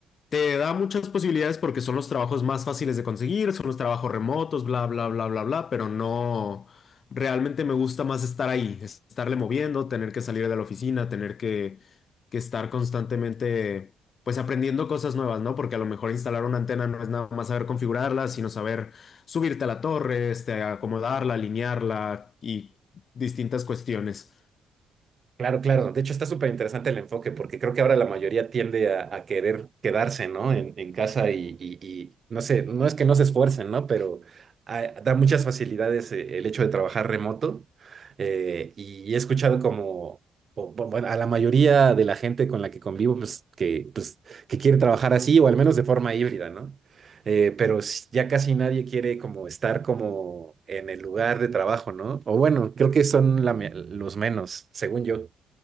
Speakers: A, on the left; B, on the right.
A: Te da muchas posibilidades porque son los trabajos más fáciles de conseguir, son los trabajos remotos, bla, bla, bla, bla, bla, pero no, realmente me gusta más estar ahí, estarle moviendo, tener que salir de la oficina, tener que, que estar constantemente, pues aprendiendo cosas nuevas, ¿no? Porque a lo mejor instalar una antena no es nada más saber configurarla, sino saber subirte a la torre, este, acomodarla, alinearla y distintas cuestiones.
B: Claro, claro. De hecho, está súper interesante el enfoque porque creo que ahora la mayoría tiende a, a querer quedarse, ¿no? En, en casa y, y- y no sé, no es que no se esfuercen, ¿no? Pero ah, da muchas facilidades eh, el hecho de trabajar remoto. eh, y he escuchado como, o, bu- bueno, a la mayoría de la gente con la que convivo, pues que, pues, que quiere trabajar así o al menos de forma híbrida, ¿no? Eh, pero s- ya casi nadie quiere como estar como en el lugar de trabajo, ¿no? O bueno, creo que son la me- los menos, según yo.